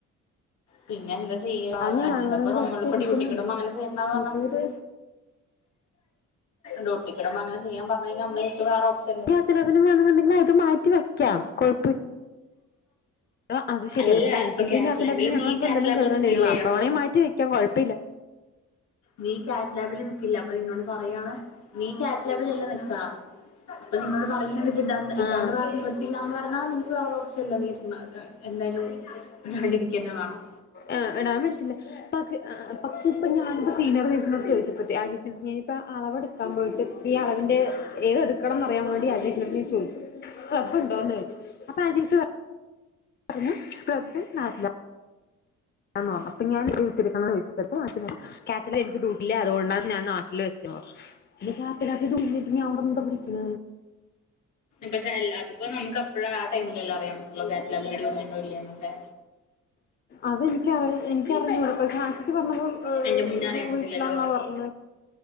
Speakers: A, on the left; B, on the left.
A: പിന്നെ എന്താ ചെയ്യാ
B: അത് ഞാൻ
A: എന്താപ്പ
B: വാങ്ങണന്ന് വിചാരിച്ചിട്ടിരിക്കുന്നുണ്ട്
A: നമ്മളിപ്പോ ഡ്യൂട്ടി കിടുമ്പോ അങ്ങനെ ചെയ്യണ്ടാന്ന്
B: ഇനിയിപ്പോ
A: പറഞ്ഞാ നമക്ക്
B: ഒരു
A: ഡ്യൂട്ടിക്കിടുമ്പോ അങ്ങനെ ചെയ്യാൻ പറഞ്ഞ നമ്മള് വേറെപ്ഷ
B: <unintelligible> ൽ അത് മാറ്റിവ വെക്കാം കുഴപ്പ ആ അത് ശരിണ്
A: അല്ല
B: പിന്ന ഐസിയു
A: ഇപ്പൊ കാറ്റ്
B: കാത്ത
A: ലാബില്
B: ലാമ്പില് ഞങ്ങക്ക്
A: നീ കാറ്റ്
B: എന്തലും
A: ലാബില്
B: കറേണ്ടി
A: നിക്കില്ലേ
B: വരു അപ്പവണേള്
A: അപ്പൊ
B: മാറ്റി വെക്കൻ കുഴപ്പമില്ല
A: നീ കാറ്റ്ലാബില് നിക്കില്ല അപ്പൊ നിന്നോട് പറയയാണ് നീ കാറ്റ്ലാബിൽല്ല നിക്കാ അപ്പൊ നിന്നോട് പറയണ് ഇത് ഇടാണ്ട് ഇടാണ്ട്
B: ആഹ്
A: വേ നിവർത്തിയില്ലാന്ന് പറഞ്ഞാൽ നിനക്ക് വേരേ ഓപ്ഷൻഇല്ല നീ ഇടണ് ഇട എന്തായാലും ഇതാണ്ടിരിക്കഞ്ഞേ വേണം
B: എഹ് ഇടാൻ പറ്റില്ല പക്ഷെ ആ ഹ് ആഹ്പക്ഷെ പ്പൊ ഞാനിപ്പ സീനിയർചേച്ചിനോട് ചോദിച്ച പ്പത്തേ ആ ചേചി ഞാനിപ്പ അളവെട് ക്കാ പോയിട്ട് ഈ അളവിന്റെ ഏതെടുക്കണംന്ന് അറിയാൻ വേണ്ടി അജയ് ട്ടന്റെ ട്ത്ത് ഞാ ചോദിച്ചു സ് ക്കപ്പ് ണ്ട ന്ന് യിച്ചു അപ്പ ആ ചേച്ചി പ റഞ്ഞു ഫ്ലബ് നാട്ടിലാ ന്ന് പറ്ഞ്ഞു അപ്പ ഞാൻ ഇട്ടിരിക്കുന്നെ <unintelligible> കാത്തല എനിക്ക് ഡ്യൂട്ടില്ലാ അതുകൊണ്ടാ ഞാൻ നാട്ടില് വെച്ചെ പറ്ഞ്ഞു ഇ കാത്തലാബി <unintelligible> നി അവിടെ എന്താ പടിക്ക്ണ
A: പക്ഷെ അല്ലാ അത്പ്പോ നമുക്ക്പ്പഴാ ആ ടൈമിലല്ലാ അറിയാൻ പറ്റുള്ളോ കാതലാബി ഡ്യൂട്ടി ണ്ടോ ഇല്ലയന്നൊക്കെ
B: അത് ഇൻക്ക് അറി എനിക്കറിഞ്ഞൂടാ പക്ഷേ ച്ചി പറഞ്ഞത്
A: അയിന്റെ മുന്നേ അറിയാൻ
B: വീട്ടിലാന്നാ
A: പറ്റില്ലല്ലോ
B: പറ്ഞ്ഞേ